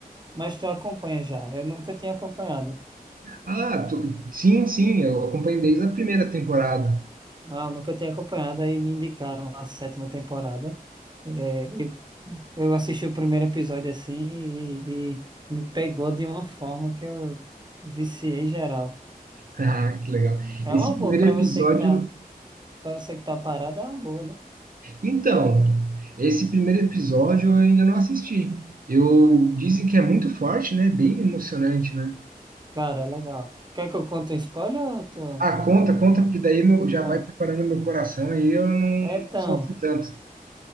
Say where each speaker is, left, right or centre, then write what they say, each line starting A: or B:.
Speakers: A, on the right (about 30°); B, on the right (about 65°).
A: Mas tu acompanha já. Eu nunca tinha acompanhado.
B: Ah, tu- sim, sim, eu acompanho desde a primeira temporada. <laughs>
A: Não, eu nunca tinha acompanhado. Aí me indicaram a sétima temporada. É, e eu assisti o primeiro episódio assim e, e me pegou de uma forma que eu viciei geral.
B: Ah, que legal.
A: É
B: Esse
A: uma
B: primeiro
A: boa pra você
B: episódio.
A: que tá, para você que tá parado, é uma boa, né?
B: Então, esse primeiro episódio eu ainda não assisti. Eu dizem que é muito forte, né? Bem emocionante, né?
A: Cara, é legal. Quer que eu conte um spoiler? Ou tu...
B: Ah, conta, conta, porque daí meu, já
A: Ah,
B: vai preparando meu coração aí eu não, não
A: então.
B: sofro tanto.